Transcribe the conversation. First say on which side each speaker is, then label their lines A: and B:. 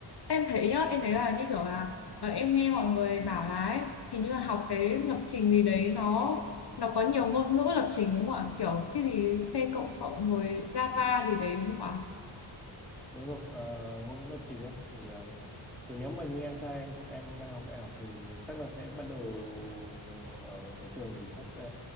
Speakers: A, on the left; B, in the centre.
A: em thấy nhá, em thấy là như kiểu là ờ, em nghe mọi người bảo là ấy, hình như là học cái lập trình gì đấy nó nó có nhiều ngôn ngữ lập trình đúng không ạ? Kiểu cái gì C cộng cộng rồi Java gì đấy đúng không ạ?
B: đúng rồi ờ, ngôn ngữ lập trình ấy thì ờm, thì nếu mà như em trai em của em đang học đại học thì chắc là sẽ bắt đầu ở ở trường thì chắc ờ,